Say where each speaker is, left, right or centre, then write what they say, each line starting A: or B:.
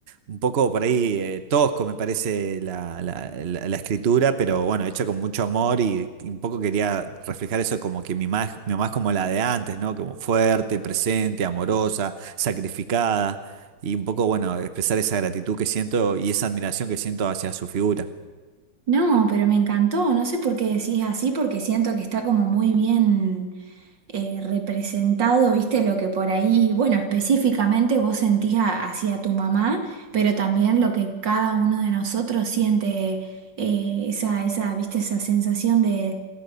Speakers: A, on the right; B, on the right.
A: un poco por ahí eh, tosco me parece la, la- la- la escritura, pero bueno, hecha con mucho amor y, y un poco quería reflejar eso como que mi mamá, mi mamá es como la de antes, ¿no? Como fuerte, presente, amorosa, sacrificada y un poco, bueno, expresar esa gratitud que siento y esa admiración que siento hacia su figura.
B: No, pero me encantó. No sé por qué decís así, porque siento que está como muy bien eh, representado, viste, lo que por ahí, bueno, específicamente vos sentís a- hacia tu mamá, pero también lo que cada uno de nosotros siente, eh, esa, esa, viste, esa sensación de